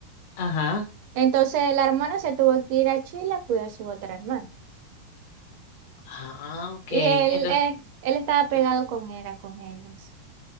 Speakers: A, on the left (about 40°); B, on the right (about 40°).
A: Ajá.
B: Entonces la hermana se tuvo que ir a Chile a cuidar a su otra hermana.
A: Ah, ok.
B: Y
A: Entonces,
B: él, eh, él estaba pegado
A: eh,
B: con era con ellos.